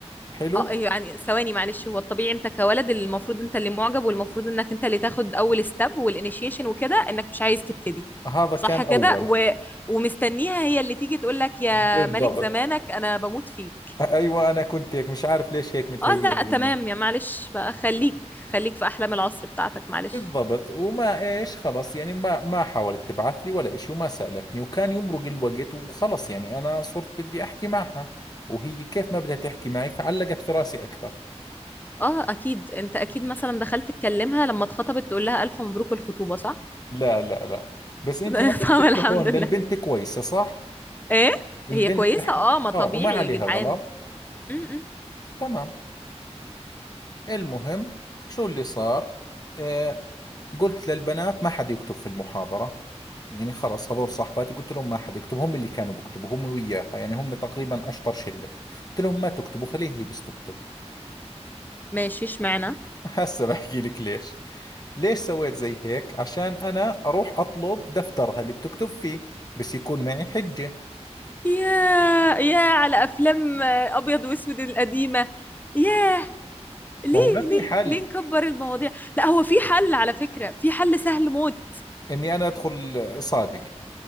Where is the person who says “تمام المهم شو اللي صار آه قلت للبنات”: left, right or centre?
Left